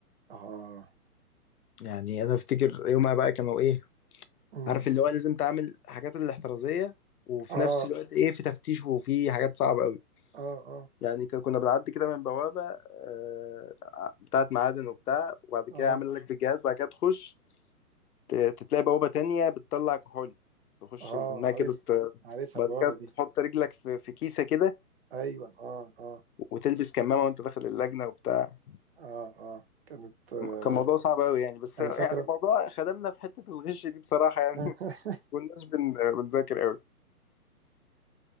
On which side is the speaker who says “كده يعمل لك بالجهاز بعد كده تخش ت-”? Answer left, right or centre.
Left